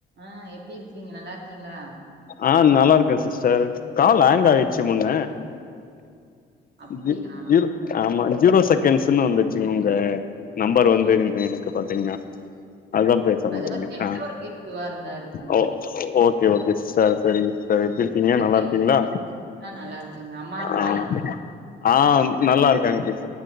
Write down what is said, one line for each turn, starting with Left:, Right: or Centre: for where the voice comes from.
Right: ஆ எப்டி இருக்கிறீங்க நல்லா இருக்கீங்களா
Left: ஆ நல்லாருக்க சிஸ்டர் கால் ஹேங் ஆயிடுச்சு முன்ன
Right: அப்படியா?
Left: ஜீ ஜீரோ ஆமா ஜீரோ செகண்ட்ஸுன்னு வந்துச்சுங்க உங்க நம்பர் வந்து என் எனக்கு பாத்தீங்கன்னா அதுதா பேச முடிலங்க
Right: அதாவது நெட்வொர்க்
Left: ஆ
Right: இஷ்யூவா இருந்தா இருக்குங்க.
Left: ஓ ஓகே ஓகே சார் சரி சரி
Right: ம்.
Left: எப்படி இருக்கீங்க
Right: எப்டி?
Left: நல்லா இருக்கீங்களா
Right: ஆ நல்லா இருக்கேங்க. அம்மா அப்பாலாம்
Left: ஆ ஆ நல்லா இருக்கேங்க சிஸ்